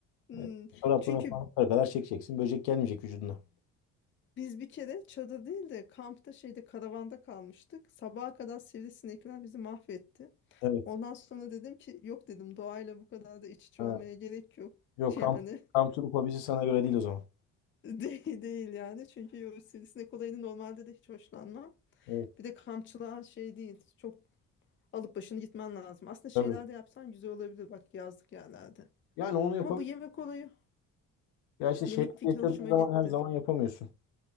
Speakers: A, on the left; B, on the left.
A: Hmm.
B: E, çoraplarını
A: Çünkü
B: falan yukarı kadar çekeceksin. Böcek gelmeyecek vücuduna.
A: biz bir kere çadır değil de kampta şeyde karavanda kalmıştık. Sabaha kadar sivrisinekler bizi mahvetti.
B: Evet.
A: Ondan sonra dedim ki yok dedim doğayla bu kadar da iç içe
B: Ha.
A: olmaya gerek yok.
B: Yok
A: <laughs> Yani
B: kamp, kamp turu hobisi sana göre değil o zaman.
A: <laughs> değil, değil yani. Çünkü o sivrisinek olayını normalde de hiç hoşlanmam.
B: Evet.
A: Bir de kampçılığa şey değil. Çok alıp başını gitmen lazım. Aslında şeyler
B: Tabii.
A: de yapsan güzel olabilir bak yazlık yerlerde.
B: Yani onu yap
A: Ama bu yemek olayı,
B: ya işte
A: yemek
B: şey
A: fikri
B: yaşadığın
A: hoşuma
B: zaman
A: gitti.
B: her zaman yapamıyorsun.